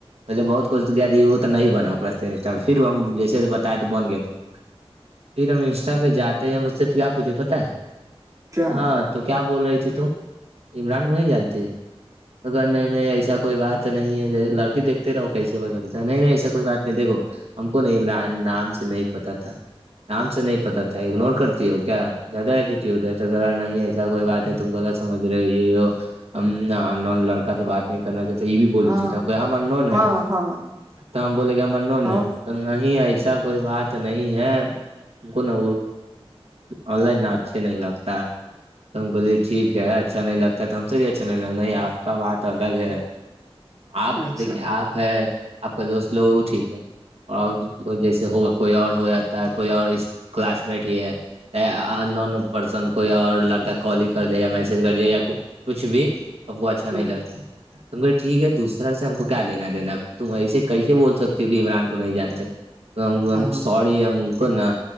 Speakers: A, on the right; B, on the right.
A: پہلے بہت کچھ کیا ت نہیں بنا انسٹا پھر ہم جیسے بتاائے تو بن گئے تھ پھر ہم انسٹا پہ جاتے تو مجھ سے پ کیا آ پوچھے پت ہے
B: کیا
A: ہاں تو کیا بول رہی تھی تم عمران وہیں جانتے اگر نہیں نہیں ایسا کوئی بات نہیں ہے لڑکی دیکتے رہو کیسے بدلتا ہے نہیں نہیں ایسا کوئی بات نہیں دیکھو ہم کو نہیںمران نام سے نہیں پتا تھا آام سے نہیں پتا تھا اگنور کرتی ہو کیا زیادہ ایٹیٹیوڈ ہے تو ذرا نہیں ہے ایسا کوئی بات ہے تم کو سمجھ رہے ہو یہ ن لڑکا تو بات نہیں کرنا چاہتے یہ بھی بولی
B: ہاں
A: چ ہم ہم نون ہے
B: ہاں ہاں
A: تو ہم بولےیں گے ہم نون
B: ہاں
A: ہے تو نہیں ایسا کوئی بات نہیں ہے ان کو نا آن لائن اچھے نہیں لگتا ہے تو ہم کہے ٹھیک ہے اچھا نہیں لگتا ہے تو ہم سے بھیے اچھا نہیں لگتا نہیں آپ کا بات الگ ہے آپ
B: اچھا
A: دیکھیے آپ ہے آپ کا دوست لوگوں ٹھیک ہے اور جیسے ہوگا کوئی اور ہو جاتا ہے کوئی اور کلاس بیٹھی ہے نون پرسن کوئی اور لڑکی کال ہی کر دیا یا میسج کر دیا یا کچھ بھی ہم کو اچھا
B: ہوں،
A: نہیں لگتا ہمے ٹھیک ہے دوسرا سے ہم کو کیا لینا دینا تم ایے کیسے بول سکتے ہو کہ عمران کو نہیں جانتے ہم
B: ہاں
A: سوری ہم کو نا